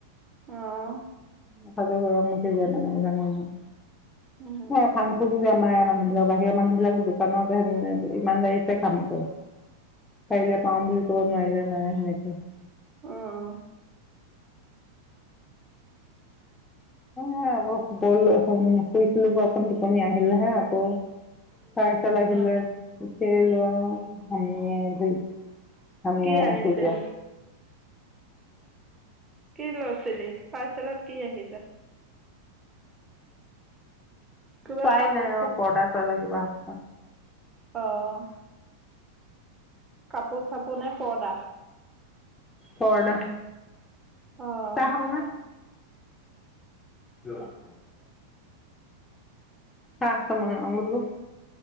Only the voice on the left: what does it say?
মাথাটো গৰম উঠি যায় মানে জান মোৰ।
স্ৱয়া ফাং-ফুং যে আমা এয়া মানুহ বিলাকৰ, বাহিৰৰ মানুহ বিলাক দোকানত ই-ইমানদাৰিছে কাম কৰে।
পাৰিলে পাৰোঁ বুলি ক'ব, নোৱাৰিলে নাই হেনেকে।
এ এইবোৰ ব'ল, শুই <unintelligible> শুইছিলো হে অথনি টোপনি আহিলেহে আকৌ, তাৰ পাৰ্চেল আহিলে,
উঠি আহিলোঁ আও, হামীয়াই ধৰিছে। হামিয়াই
আছোঁ এতিয়া।
চোৱাই
নাই
ৰহ, পৰ্দা-চৰ্দা কিবা আছে চাগে।
পৰ্দা।
চাহ খাবা নে? <unintelligible> <unintelligible>